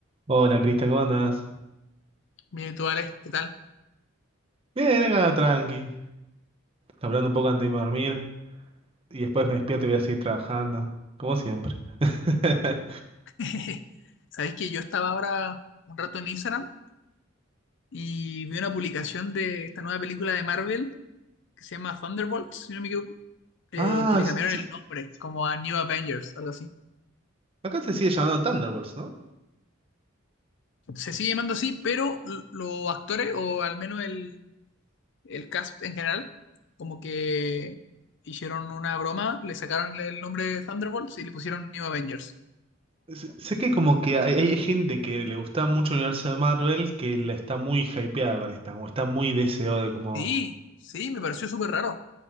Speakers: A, on the right; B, on the left.
A: Hola Cristian, ¿cómo andás?
B: Bien, ¿y tú, Alex? ¿Qué tal?
A: Bien, acá tranqui, hablando un poco antes de irme a dormir y después me despierto y voy a seguir trabajando, como siempre. <laughs>
B: <laughs> Sabéis que yo estaba ahora un rato en Instagram y vi una publicación de esta nueva película de Marvel que se llama Thunderbolts, si no me equivoco, eh,
A: Ah,
B: que le
A: s-
B: cambiaron
A: sí,
B: el nombre como a New Avengers, algo así.
A: acá se sigue llamando Thunderbolts, ¿no?
B: Se sigue llamando así, pero l- los actores, o al menos el, el cast en general, como que hicieron una broma, le sacaron el nombre de Thunderbolts y le pusieron New Avengers.
A: S- Sé que como que hay, hay gente que le gusta mucho el universo de Marvel que la está muy hypeada con esta, como está muy deseado de como...
B: Sí, sí, me pareció súper raro.